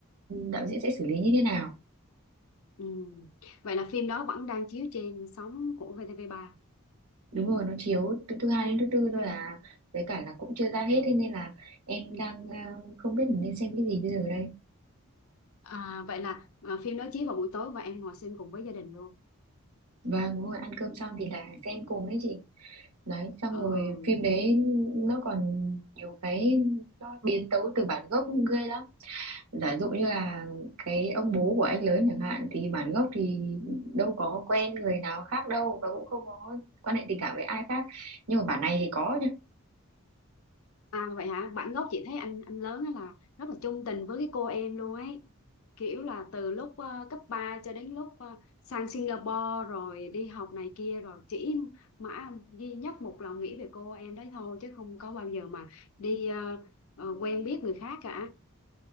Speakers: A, on the right (about 80°); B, on the left (about 70°).
A: đạo diễn sẽ xử lý như thế nào
B: ừ. vậy là phim đó vẫn đang chiếu trên sóng của VTV3
A: đúng rồi nó chiếu từ thứ hai đến thứ tư thôi à với cả là cũng chưa ra
B: ừ.
A: hết thế nên là em đang ờ, không biết mình nên xem cái gì bây giờ đây
B: à, vậy là à, phim đó chiếu vào buổi tối và em ngồi xem cùng với gia đình luôn
A: vâng đúng rồi ăn cơm xong thì là xem cùng đấy chị đấy xong
B: ừ
A: rồi phim đấy nó còn nhiều cái nó biến tấu từ bản gốc ghê lắm giả dụ như là cái ông bố của anh lớn chẳng hạn thì bản gốc thì đâu có quen người nào khác đâu và cũng không có quan hệ tình cảm với ai khác nhưng mà bản này thì có nhá
B: À vậy hả? Bản gốc chị thấy anh anh lớn ấy là rất là chung tình với cái cô em luôn ấy. Kiểu là từ lúc ờ, cấp 3 cho đến lúc ờ, sang Singapore rồi đi học này kia rồi chỉ mãi duy nhất một lòng nghĩ về cô em đấy thôi chứ không có bao giờ mà đi ờ, ờ, quen biết người khác cả.